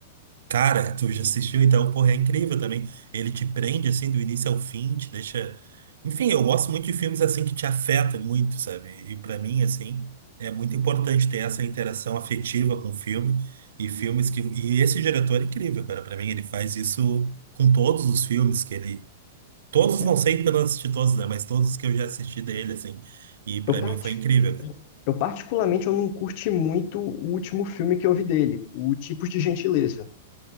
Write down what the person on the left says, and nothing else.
É,
Eu, parti-
eu particularmente, eu não curti muito o último filme que eu vi dele, o Tipos de Gentileza.